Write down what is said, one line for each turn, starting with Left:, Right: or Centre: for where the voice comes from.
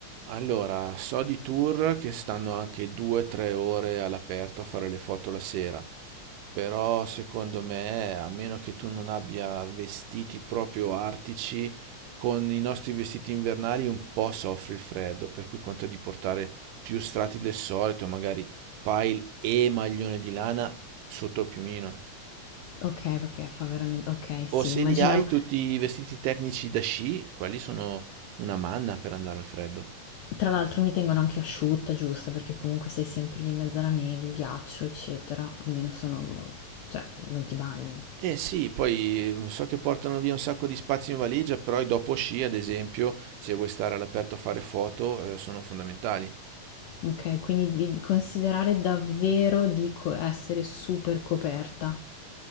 Right: Allora, so di tour che stanno anche 2-3 ore all'aperto a fare le foto la sera. Però secondo me, a meno che tu non abbia vestiti proprio artici, con i nostri vestiti invernali un po' soffre il freddo, per cui conta di portare più strati del solito, magari pile e maglione di lana sotto al piumino.
Left: Ok, perché fa veramente... Ok, sì,
Right: O
Left: immaginavo.
Right: se li hai tutti i vestiti tecnici da sci, quelli sono una manna per andare al freddo.
Left: Tra l'altro mi tengono anche asciutta, giusta, perché comunque sei sempre lì in mezzo alla neve, il ghiaccio, eccetera. Almeno sono... cioè, non ti bagni.
Right: Eh sì, poi eh, so che portano via un sacco di spazio in valigia, però i dopo sci, ad esempio, se vuoi stare all'aperto a fare foto, eh, sono fondamentali.
Left: Okay, quindi di considerare davvero di co essere super coperta.